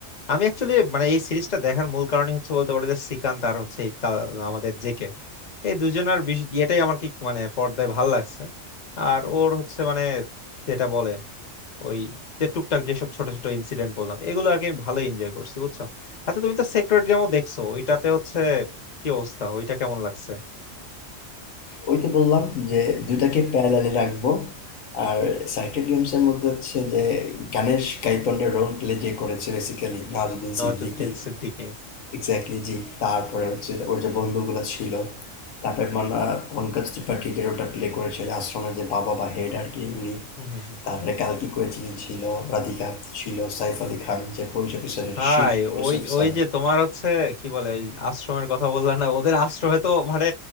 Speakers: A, on the left; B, on the left.
A: আমি অ্যাকচুয়ালি মানে এই সিরিজটা দেখার মূল কারণই হচ্ছে বলতে পারো যে শ্রীকান্ত আর হচ্ছে এই তা- আমাদের জেকে এই দুজনের বিষ- ইয়েটাই আমার কি মানে পর্দায় ভাল লাগছে আর ওর হচ্ছে মানে যেটা বলে ওই যে টুকটাক যেসব ছোট ছোট ইনসিডেন্ট বললাম এগুলো আর কি আমি ভালোই এনজয় করছি বুঝছো আচ্ছা তুমি তো সেক্রেট গেমও দেখছো ওইটাতে হচ্ছে কি অবস্থা ওইটা কেমন লাগছে
B: ওই তো বললাম যে দুইটাকে প্যারালালি রাখবো আর সার্কিট গেমস এর মধ্যে হচ্ছে যে গানের গাইতন্ডে রোল প্লে যে করেছে বেসিক্যালি নওয়াজুদ্দিন
A: নওয়াজুদ্দিন
B: সিদ্দিকী
A: সিদ্দিকী
B: এক্স্যাক্টলি জি তারপরে হচ্ছে ওর যে বন্ধুগুলো ছিল তারপরে মানে পঙ্কজ ত্রিপাঠী যে রোলটা প্লে করেছে যে আশ্রমের যে বাবা বা হেড আর কি এমনি
A: হম হম
B: তারপরে কালকি কোয়েচিনি ছিল রাধিকা আপ্তে ছিল সাইফ আলী খান যে পুলিশ অফিসারের
A: ভাই
B: শিখ পুলিশ
A: ওই
B: অফিসার
A: ওই যে তোমার হচ্ছে কি বলে ওই আশ্রমের কথা বললাম না ওদের আশ্রমে তো মানে